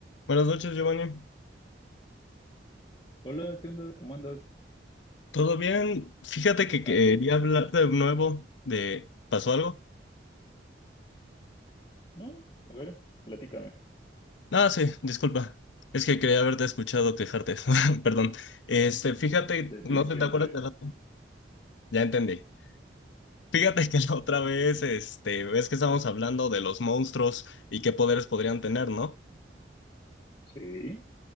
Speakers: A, on the left; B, on the left.
A: Buenas noches, Giovanni.
B: Hola, ¿qué onda? ¿Cómo andas?
A: ¿Todo bien? Fíjate
B: ¿Qué
A: que
B: tal?
A: quería hablar de nuevo de... ¿Pasó algo?
B: ¿No? A ver, platícame.
A: Ah, sí, disculpa. Es que quería haberte escuchado quejarte. <laughs> Perdón. Este, fíjate,
B: De
A: no
B: ti siempre.
A: sé, ¿te acuerdas de la... Ya entendí. Fíjate que la otra vez, este, ves que estábamos hablando de los monstruos y qué poderes podrían tener, ¿no?
B: Sí,